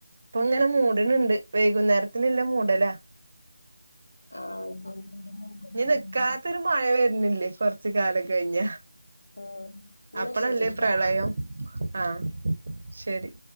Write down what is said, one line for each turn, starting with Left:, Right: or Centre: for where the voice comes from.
Right: ഇപ്പ ഇങ്ങന മൂട്ണ് ണ്ട് വൈകുന്നേരത്തിനില്ല മൂടലാ
Left: ആഹ്
Right: ന നിക്കാത്തൊരു
Left: ഉം
Right: മഴ വര്ന്നില്ലെ കൊറ് കൊറ്ച്ച് കാലം കഴിഞ്ഞ
Left: ആഹ് എന്നാ
Right: അപ്പളല്ലെ
Left: ശരിട്ടാ
Right: പ്രളയം ആഹ് ശരി